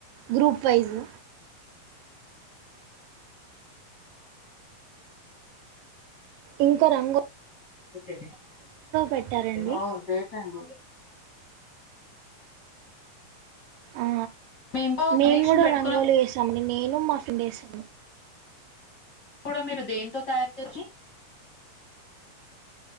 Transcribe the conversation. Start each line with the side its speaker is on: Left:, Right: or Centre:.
Right: గ్రూప్ వైజు
Left: నైట్ ఆ
Right: ఇంకా రంగు
Left: ఓకే
Right: పెట్టారండి
Left: ఓ గ్రేట్ అండి
Right: ఆ
Left: మీ ఇంట్లో
Right: మేము
Left: గణేష్
Right: కూడా
Left: ని పెట్టుకున్న
Right: రంగోలి వేసామండి, నేను మా ఫ్రెండ్ వేసాము.
Left: కూడా మీరు దేంతో తయారు చేసి